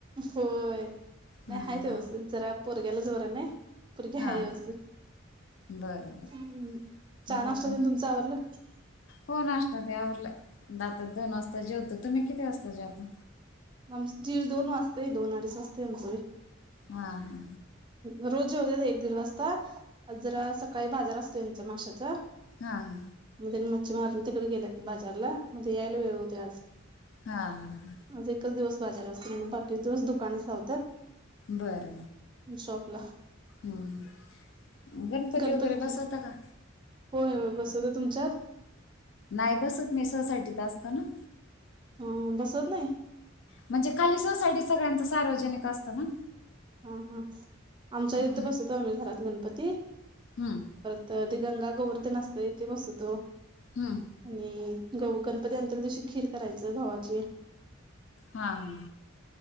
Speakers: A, on the right; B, on the left.
A: होय नाही
B: हम्म.
A: हायत व्यवस्थित जरा पोरग्यालाच बरं नाय. पोरगी
B: हा
A: हाय व्यवस्थित.
B: बरं
A: हम्म
B: बरं
A: चहा
B: बाकी
A: नाष्टा आणि तुमचं आवरल.
B: हो नाष्टा ते आवरलं. <unintelligible> दोन
A: हा
B: वाजता जेवतो, तुम्ही किती वाजता जेवता?
A: आची दोन वाजता येईल दोन अडीच वाजता येईल.
B: हा हा
A: ह रोज जेवत्यात एक दीड वाजता. आज जरा स काय बाजार असतो तुमचा माशाचा.
B: हां हां.
A: मग त्यांनी मच्छी मारली तिकडे गेल्यात बाजारला, मग यायला वेळ होतोय आज.
B: हां हां हां.
A: आज एकच दिवस बाजार असतो बाकीचे दिवस दुकानच लावतात.
B: बर
A: शॉपला.
B: हं. गणपती
A: गणपतीत
B: वगैरे बसवता का?
A: होय होय बसवतात, तुमच्यात?
B: नाही बसत मी सोसायटीत असतो ना.
A: हम्म बसवत नाही.
B: म्हणजे खाली सोसायटी सगळ्यांच सार्वजनिक असतं.
A: हां हां, आमच्या
B: हम्म
A: इथे बसवतो आम्ही घरात गणपती.
B: हम्म
A: परत ते गंगा, गौर तेन असतंय, ते बसवतो.
B: हम्म.
A: आणि गणपती आणत्याल दिवशी खीर करायची गव्हा खीर,
B: हा हा